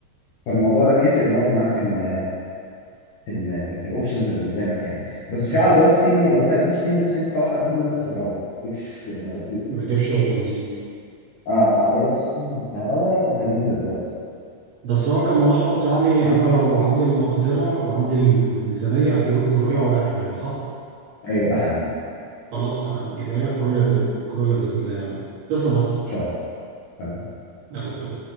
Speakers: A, on the left (about 65°); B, on the right (about 60°).
A: فالموضوع ده بيفرق برضه معاك في ال في ال في الاوبشنز اللي قدامك يعني بس في
B: مم.
A: عربيات صيني لو انت هتجيب صيني الصين الصراحه هتجيب منك كهرباء ما تجيبش مواتير
B: ما يجيبش بنزين
A: اه العربيات الصيني بالكهرباء متميزه دلوقتي
B: بس هو كملخص يعني انا لو عندي المقدره وعندي الميزانيه اجيب الكورولا واريح دماغي صح
A: ايوه ده حقيقي ان
B: خلاص تمام يبقى هي الكورولا الكورولا باذن الله يعني تسلم يا اسطى
A: شاء الله
B: يلا سلام